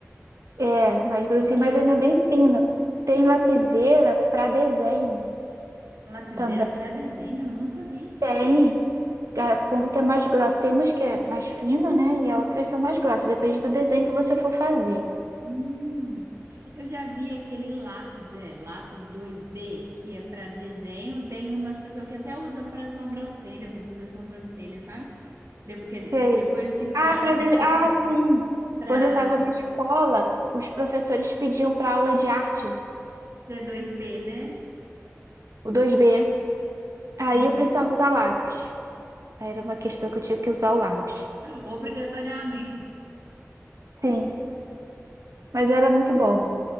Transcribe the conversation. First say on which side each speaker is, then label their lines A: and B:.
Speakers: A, on the right; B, on the right.
A: É, mais grossinho,
B: Porque
A: mas
B: eu,
A: ainda bem fino. Tem lapiseira para desenho
B: Lapiseira
A: também.
B: para desenho? Eu nunca vi, sério.
A: Tem. A ponta é mais grossa. Tem umas que é mais fina, né? E a outras são mais grossas. Depende do desenho que você for fazer.
B: Hum, eu já vi aquele lápis, é, lápis dois b que é para desenho. Tem umas pessoas que até usa para sobrancelha, para fazer sobrancelha, sabe? De- quer dizer,
A: Sei.
B: depois que sai
A: Ah, para
B: a sobrancelha
A: desenho. Ah, sim.
B: para
A: Quando eu estava na escola, os professores pediam para aula de arte,
B: ser dois b né?
A: o dois b Aí
B: Hum,
A: eu precisava usar lápis. Aí era uma questão que eu tinha que usar o lápis.
B: obrigatoriamente.
A: Sim, mas era muito bom.